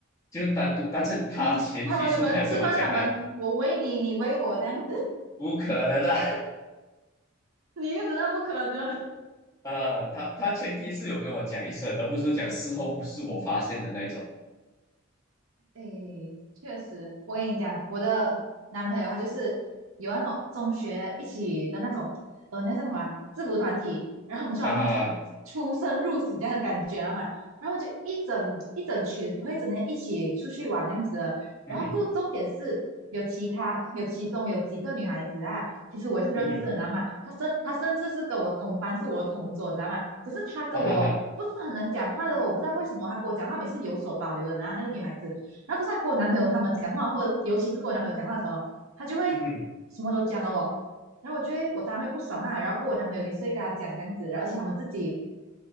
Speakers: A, on the left; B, on the right.
A: 就单独，但是他前提是他有跟我讲啦，
B: 你他们有可能吃饭，他们，我喂你，你喂我这样子，
A: 不可能的，
B: 你又知道不可能，
A: 啊，<laughs> 啊他他前提是有跟我讲一声，而不是讲事后是我发现的那一种，
B: 诶，确实，我跟你讲，我的男朋友他就是有那种中学一起的那种，呃，那叫什么啊制服团体，然后我们就好像
A: 哈哈哈，
B: 出生入死这样的感觉啊嘛，然后就一整一整群会整天一起出去玩这样子的，
A: 嗯哼，
B: 然后过后重点是有其他有其中有几个女孩子啊，其实我也是认识的，
A: 嗯哼，
B: 你知道吗？她甚她甚至是跟我同班，是我的同桌，你知道吗？可是她跟我不是很能讲话的，
A: 啊哈哈，
B: 我不知道为什么她跟我讲话每次有所保留的，然后那个女孩子。然后可是他跟我男朋友他们讲话，或者尤其是跟我男朋友讲话的时候，他就会
A: 嗯哼，
B: 什么都讲了我，然后我觉得我当然会不爽啊，然后跟我男朋友也是会跟他讲这样子，然后而且他们自己，